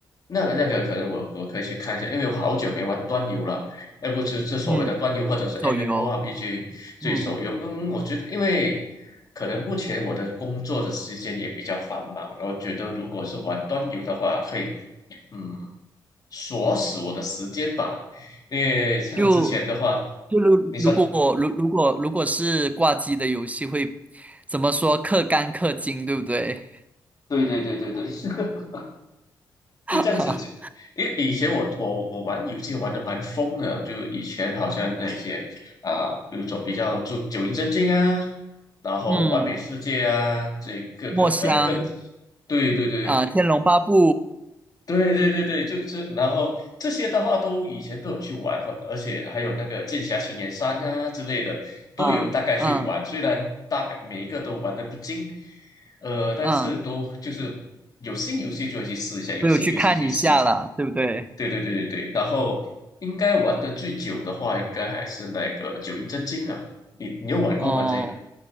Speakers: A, on the left; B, on the right.
A: 那那个可能我我可以去看一下，因为我好久没玩端游了，而不是这所谓的端游或者是
B: 嗯，
A: MMORPG
B: 手游，
A: 这手游。
B: 嗯。
A: 嗯，我觉得因为可能目前我的工作的时间也比较繁忙，我觉得如果是玩端游的话，可以嗯锁死我的时间吧，因为像之前的话，
B: 就就如如果如如果如果是挂机的游戏会怎么说？
A: 你说
B: 氪肝氪金，对不对？
A: 对对对对对，<laughs> 就这样子。
B: <laughs> 哈，
A: 就因为以前我我我玩游戏玩的蛮疯的，就以前好像那些啊、比如说比较注九阴真经啊。然后完美世界啊，
B: 嗯，
A: 这各个可能更，
B: 墨香
A: 对对对
B: 啊，《天龙八部》
A: 对对对对，对，就是然后这些的话都以前都有去玩，或而且还有那个剑侠情缘三啊之类的都有大概去玩，
B: 啊，嗯
A: 虽然大概每一个都玩的不精，呃，但是都就是有新游戏就会去试一下，
B: 嗯，
A: 有新游戏就试一下，
B: 都有去看一下了，对不对？
A: 对对对对对，然后应该玩的最久的话，应该还是那个九阴真经啊，你你有玩过吗？
B: 哦，
A: 这个？